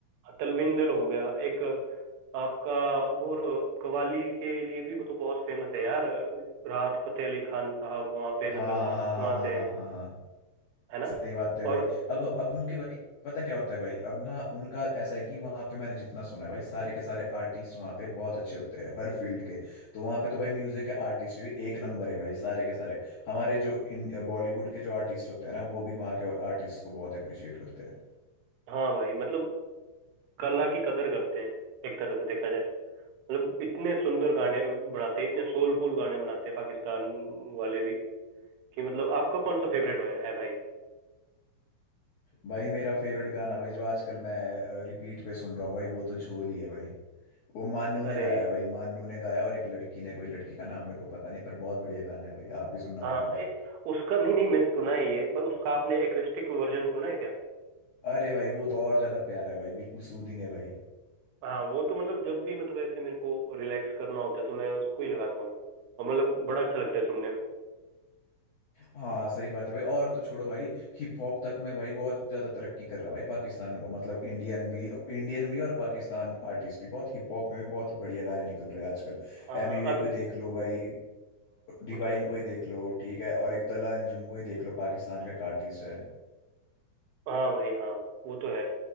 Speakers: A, on the right; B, on the left.
A: तलविंदर हो गया एक आपका वो र- कव्वाली के लिए भी वो तो बहुत फेमस है यार राहत फतेह अली खान साहब वहाँ पे
B: हाँ
A: मतलब
B: हाँ हाँ हाँ
A: वहाँ
B: हाँ
A: से
B: हाँ
A: हैं
B: हाँ हाँ
A: है ना
B: सही बात है भाई
A: और
B: अब अब उनके भाई पता क्या होता है भाई अब ना उनका ऐसा है कि वहाँ पे मैंने जितना सुना है भाई सारे के सारे आर्टिस्ट वहाँ पे बहुत अच्छे होते हैं हर फील्ड के तो वहाँ पे तो भाई म्यूजिक के आर्टिस्ट भी एक नंबर है भाई सारे के सारे हमारे जो इन बॉलीवुड के जो आर्टिस्ट होते हैं ना वो भी वहाँ के और आर्टिस्ट को बहुत अप्रिशिएट करते हैं
A: हाँ भाई मतलब कला की कदर करते हैं एक तरह से देखा जाए मतलब इतने सुंदर गाने बनाते हैं इतने सोलफुल गाने बनाते हैं पाकिस्तान वाले भी कि मतलब आपका कौन सा फेवरेट है, है भाई
B: भाई मेरा फेवरेट गाना भाई जो आजकल मैं रिपीट पे सुन रहा हूँ भाई वो तो झोल ही है भाई वो मान्नू ने
A: अरे
B: गाया है भाई मान्नू ने गाया और एक लड़की ने कोई लड़की का नाम मेरे को पता नहीं पर बहुत बढ़िया गाना है भाई आप भी सुनना भाई
A: हाँ
B: अगर
A: ए, उसका नहीं नहीं मैंने सुना है ये पर उसका आपने एक्वेस्टिक वर्जन सुना है क्या
B: अरे भाई वो तो और ज्यादा प्यार है भाई बिल्कुल सूदिंग है भाई
A: हाँ वो तो मतलब जब भी मतलब ऐसे मेरे को रिलैक्स करना होता है तो मैं उसको ही लगाता हूँ और मतलब बड़ा अच्छा लगता है सुनने में
B: हाँ सही बात है भाई और तो छोड़ो भाई हिप हॉप तक में भाई बहुत ज्यादा तरक्की कर रहा है भाई पाकिस्तान मतलब इंडियन भी इंडियन भी और पाकिस्तान आर्टिस्ट भी बहुत हिप हॉप में भी बहुत बढ़िया गाने निकल रहे हैं आजकल
A: हाँ हाँ,
B: एमी वे
A: अब
B: को ही देख लो भाई
A: वो
B: डिवाइन
A: तो है
B: को ही देख लो ठीक है और एक तला अंजुम को ही देख लो पाकिस्तान का एक आर्टिस्ट है
A: हाँ भाई हाँ वो तो है